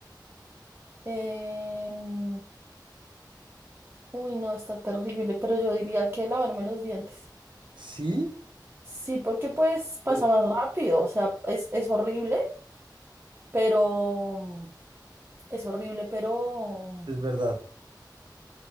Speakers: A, on the right; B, on the right.
A: Em, uy, no, está terrible, pero yo diría que lavarme los dientes.
B: Sí,
A: Sí, porque pues pasa
B: Mm.
A: más rápido, o sea, es, es horrible, pero es horrible, pero
B: es verdad.